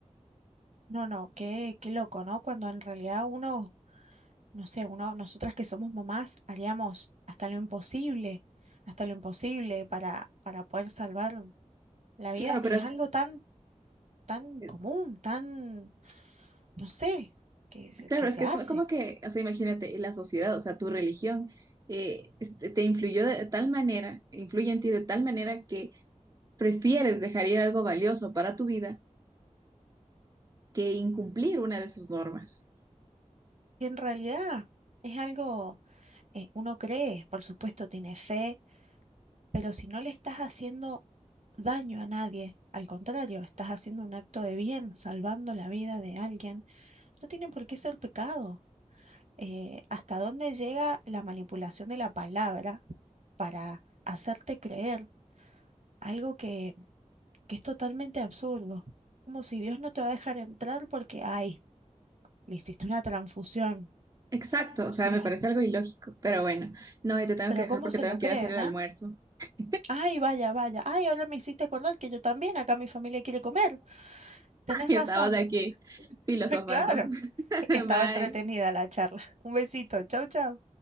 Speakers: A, on the right; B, on the right.
A: No, no, qué, qué loco, ¿no? Cuando en realidad uno no sé, uno, nosotras que somos mamás haríamos hasta lo imposible, hasta lo imposible para, para poder salvar la vida.
B: Claro,
A: Y
B: pero es,
A: es algo tan, tan
B: es-
A: común, tan, no sé, que, se-
B: claro,
A: que
B: es
A: se
B: que
A: hace.
B: es como que, o sea, imagínate, la sociedad, o sea, tu religión eh, este, te influyó de tal manera, influye en ti de tal manera que prefieres dejar ir algo valioso para tu vida que incumplir una de sus normas.
A: Y en realidad es algo, eh, uno cree, por supuesto, tiene fe, pero si no le estás haciendo daño a nadie, al contrario, estás haciendo un acto de bien, salvando la vida de alguien, no tiene por qué ser pecado. eh, hasta dónde llega la manipulación de la palabra para hacerte creer algo que, que es totalmente absurdo. Como si Dios no te va a dejar entrar porque, ay, le hiciste una transfusión.
B: Exacto,
A: O
B: o sea,
A: sea,
B: me parece algo ilógico, pero bueno, no, y te tengo
A: pero
B: que dejar
A: ¿cómo
B: porque
A: se
B: tengo
A: lo creen,
B: que ir a hacer el almuerzo.
A: ah?
B: <laughs>
A: Ay, vaya, vaya. Ay, ahora me hiciste acordar que yo también, acá mi familia quiere comer. Tenés
B: Y
A: razón.
B: estamos aquí
A: <laughs>
B: filosofando.
A: Claro.
B: <laughs>
A: Es que estaba
B: Bye.
A: entretenida la charla. Un besito. Chau, chau.